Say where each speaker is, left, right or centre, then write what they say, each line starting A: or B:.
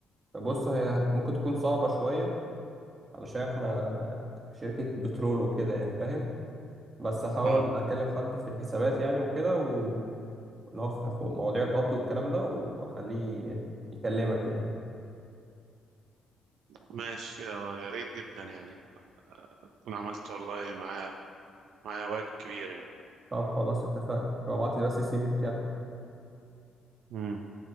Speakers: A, on the right; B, on the right.
A: طب بص هي هت- ممكن تكون صعبة شوية علشان احنا شركة بترول وكده يعني فاهم بس هحاول
B: اه
A: اكلم حد في الحسابات يعني وكده اللي هو في مواضيع القبض والكلام ده واخليه يكلمك يعني
B: ماشي آه، يا ريت جدا يعني آه، تكون عملت والله معايا معايا واجب كبير يعني
A: طب خلاص اتفقنا يبقى ابعت لي بس السي في بتاعك
B: مم.